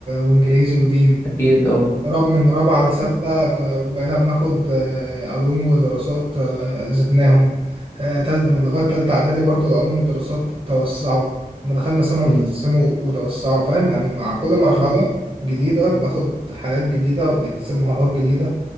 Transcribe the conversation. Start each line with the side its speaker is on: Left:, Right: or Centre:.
Right: وانجليزي ودين
Left: اكيد اه
Right: رب من رابعة لستة
Left: م-
Right: كنا بقينا بناخد آه، علوم ودراسات آه، زدناهم آه، تالتة من لغاية تالتة إعدادي برضه العلوم والدراسات توسعوا لما دخلنا ثانوي
Left: م-
Right: اتقسموا وتوسعوا فاهم يعني مع كل مرحلة
Left: اه
Right: جديدة بناخد حاجات جديدة وبنكتسب مهارات جديدة